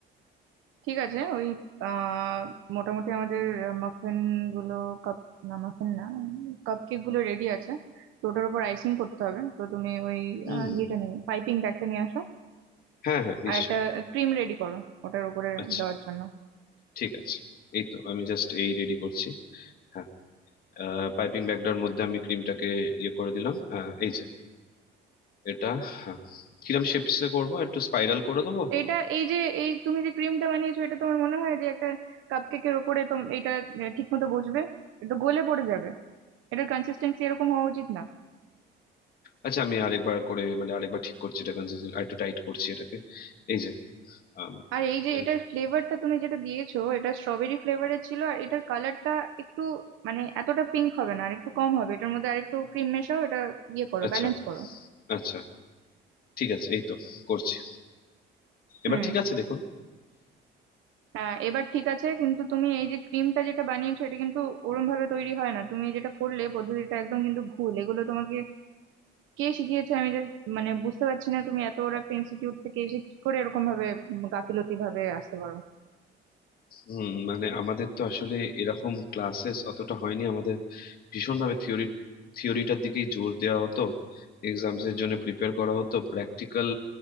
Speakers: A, on the right; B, on the left.
A: ঠিক আছে ওই আহ মোটামুটি আমাদের মাফিন গুলো কাপ না মাফিন না কাপ কেক গুলো রেডি আছে তো ওটার উপর আইসিং করতে হবে তো তুমি ওই
B: হুম
A: আহ, ইয়েটা নিয়ে পাইপিং ব্যাগটা নিয়ে আসো
B: হ্যাঁ হ্যাঁ নিশ্চয়ই
A: আর একটা ক্রিম রেডি করো ওটার উপরে
B: আচ্ছা
A: দেওয়ার জন্য
B: ঠিক আছে এই তো আমি জাস্ট এই রেডি করছি হ্যাঁ পাইপিং ব্যাগটার মধ্যে আমি ক্রিমটাকে ইয়ে করে দিলাম হ্যাঁ এই যে এটা হ্যাঁ কিরম শেপসে করবো একটু স্পাইরাল করে দেবো
A: এটা এই যে এই তুমি যে ক্রিমটা বানিয়েছো এটা তোমার মনে হয় যে একটা কাপ কেকের উপরে তোম- এটা ঠিক মতো বসবে এটা তো গলে পড়ে যাবে এটার কনসিস্টেন্সি এরকম হওয়া উচিত না
B: আচ্ছা আমি আরেকবার করে মানে আরেকবার ঠিক করছি এটা কনসিস্টেন্ট আর একটু টাইট করছি এটাকে এই যে আম,
A: আর এই যে
B: এরকম।
A: এটার ফ্লেভারটা তুমি যেটা দিয়েছো এটা স্ট্রবেরি ফ্লেভারের ছিল আর এটার কালারটা একটু মানে এতটা পিঙ্ক হবে না আর একটু কম হবে এটার মধ্যে আরেকটু ক্রিম মেশাও এটা ইয়ে করো
B: আচ্ছা
A: ব্যালেন্স করো
B: আচ্ছা ঠিক আছে এই তো করছি এবার
A: হুম
B: ঠিক আছে দেখুন
A: হ্যাঁ এবার ঠিক আছে কিন্তু তুমি এই যে ক্রিমটা যেটা বানিয়েছো এটা কিন্তু ওরম ভাবে তৈরি হয় না তুমি যেটা করলে পদ্ধতিটা একদম কিন্তু ভুল এগুলো তোমাকে কে শিখিয়েছে আমি যে মানে বুঝতে পারছি না তুমি এত বড় একটা ইনস্টিটিউট থেকে এসে কি করে এরকম ভাবে উম, গাফিলতি ভাবে আসতে পারো
B: হুম মানে আমাদের তো আসলে এরকম ক্লাসেস অতটা হয়নি আমাদের ভীষণভাবে থিওরি থিওরিটার দিকেই জোর দেওয়া হতো এক্সামস এর জন্য প্রিপেয়ার করা হতো প্র্যাকটিক্যাল